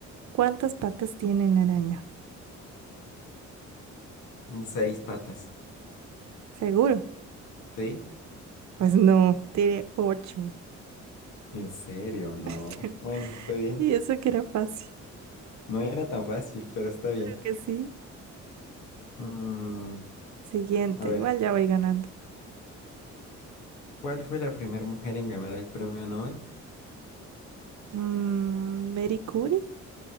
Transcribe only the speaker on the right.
¿Cuántas patas tiene la araña?
¿Seguro?
Pues no, tiene 8.
<laughs>
Y eso que era fácil.
Creo que sí.
Siguiente,
igual ya voy ganando.
Mm, Mary Curie.